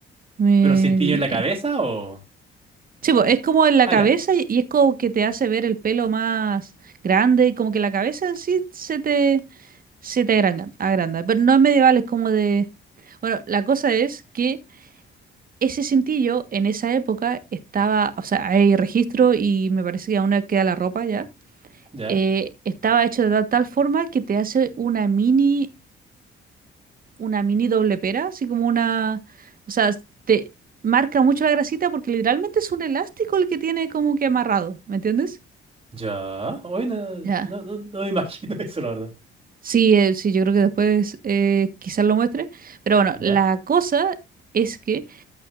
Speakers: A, on the right; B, on the right.
A: Medi-
B: ¿Pero un cintillo en la cabeza o...?
A: Sí, po, es como en la
B: Ah,
A: cabeza
B: ya.
A: y y es como que te hace ver el pelo más grande y como que la cabeza en sí se te, se te agranda, agranda. Pero no es medieval, es como de... Bueno, la cosa es que Ese cintillo en esa época estaba, o sea, hay registro y me parece que aún queda la ropa ya.
B: ¿Ya?
A: eh, estaba hecho de ta- tal forma que te hace una mini, una mini doble pera, así como una, o sea, te marca mucho la grasita porque literalmente es un elástico el que tiene como que amarrado, ¿me entiendes?
B: ¿Ya? Hoy no,
A: Ya.
B: no, no, no me imagino <laughs> eso, la verdad.
A: Sí, eh, sí, yo creo que después eh, quizás lo muestre. Pero bueno,
B: ¿Ya?
A: la cosa es que